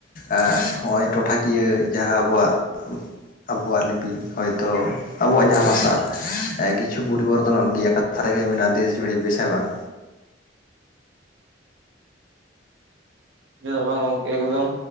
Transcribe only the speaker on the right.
ᱪᱮᱫᱟᱜ ᱵᱟᱝ ᱜᱚᱢᱠᱮ, ᱮᱠᱫᱚᱢ᱾